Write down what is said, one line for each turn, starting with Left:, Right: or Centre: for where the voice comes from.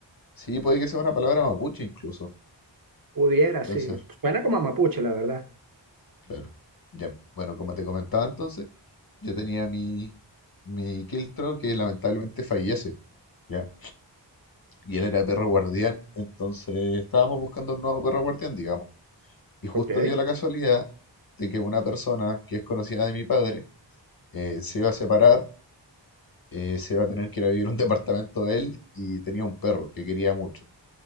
Left: Sí, puede que sea una palabra mapuche incluso.
Right: Pudiera,
Left: Puede
Right: sí.
Left: ser,
Right: Suena como a mapuche, la verdad.
Left: claro. Ya, bueno, como te comentaba entonces, yo tenía mi, mi Kiltro que lamentablemente fallece, ya. Y él era perro guardián, entonces estábamos buscando un nuevo perro guardián, digamos. Y justo
Right: Ok,
Left: dio la casualidad de que una persona que es conocida de mi padre eh, se iba a separar, eh, se iba a tener que ir a vivir a un <laughs> departamento de él y tenía un perro que quería mucho.